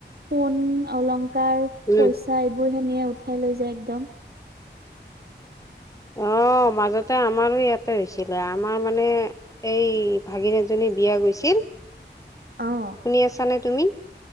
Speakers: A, on the right; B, on the left.
A: সোন অলংকাৰ
B: উম
A: পইচা এইবোৰ সেনিয়ে উঠাই লৈ যায় একদম
B: অ মাজতে আমাৰো ইয়াতে হৈছিলে আমাৰ মানে এই ভাগিন এজনী বিয়া গৈছিল
A: অ',
B: শুনি আছা নে তুমি